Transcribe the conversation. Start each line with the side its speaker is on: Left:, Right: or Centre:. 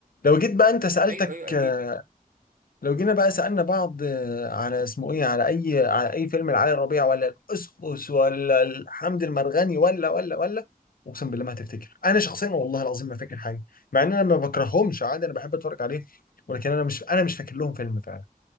Left: لو جيت بقى انت سألتك
Right: ايوه ايوه اكيد
Left: آه، لو جينا بقى سألنا بعض آه، على اسمه ايه على اي على اي فيلم لعلي ربيع ولا القسقس ولا الحمد المرغني ولا ولا ولا اقسم بالله ما هتفتكر انا شخصيا والله العظيم ما فاكر حاجه مع ان انا ما بكرهمش عادي انا بحب اتفرج عليه ولكن انا مش انا مش فاكر لهم فيلم فعلا